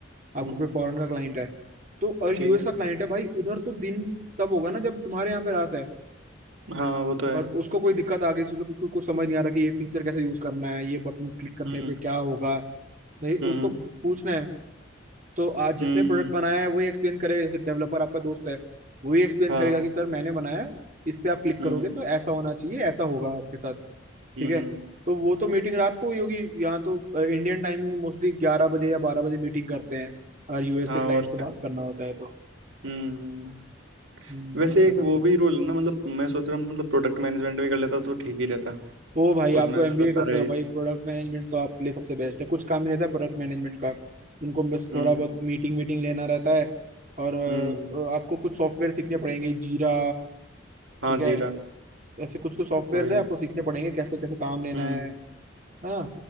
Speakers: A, on the right (about 40°); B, on the right (about 85°).
A: आपको
B: हम्म
A: कोई फॉरेन का क्लाइंट है तो और
B: ठीक
A: यूएस
B: है
A: का क्लाइंट है भाई उधर तो दिन तब होगा ना जब तुम्हारे यहाँ पे रात है
B: हाँ वो तो है
A: और उसको कोई दिक्कत आ गई सोचो कुछ कुछ कुछ समझ नहीं आ रहा कि ये फीचर कैसे यूज करना है ये बटन क्लिक करने
B: हम्म
A: पे क्या होगा नहीं
B: हम्म
A: उसको पूछना है तो आज जिसने
B: हम्म
A: प्रोडक्ट
B: हम्म,
A: बनाया है वही एक्सप्लेन करेगा जैसे डेवलपर आपका दोस्त है वही एक्सप्लेन
B: हाँ
A: करेगा कि सर मैंने बनाया है, इस पे आप क्लिक
B: हम्म
A: करोगे तो ऐसा होना चाहिए ऐसा होगा आपके साथ
B: हम्म
A: ठीक
B: हम्म,
A: है तो वो तो मीटिंग रात को हुई होगी यहाँ तो इंडियन टाइमिंग में मोस्टली ग्यारह बजे या बारह बजे मीटिंग करते हैं अगर यूएस
B: हाँ
A: के क्लाइंट
B: और
A: से
B: क्या
A: बात करना होता है तो
B: हम्म हम्म
A: हम्म,
B: वैसे
A: वैसा
B: एक
A: रहता
B: वो
A: है
B: भी रोल है ना मतलब मैं सोच रहा हूँ मतलब प्रोडक्ट मैनेजमेंट भी कर लेता तो ठीक ही रहता
A: ओ भाई
B: उसमें
A: आप तो
B: भी
A: एमबीए
B: मतलब सारे
A: कर रहे हो भाई प्रोडक्ट मैनेजमेंट तो आपके लिए सबसे बेस्ट है कुछ काम नहीं रहता है प्रोडक्ट मैनेजमेंट का उनको बस
B: हम्म
A: थोड़ा बहुत मीटिंग वीटिंग लेना रहता है और अ,
B: हम्म
A: आपको कुछ सॉफ्टवेयर सीखने पड़ेंगे जीरा
B: हाँ
A: ठीक है
B: जीरा
A: ऐसे कुछ कुछ सॉफ्टवेयर
B: वही
A: है आपको सीखने पड़ेंगे कैसे कैसे काम लेना
B: हम्म
A: है हाँ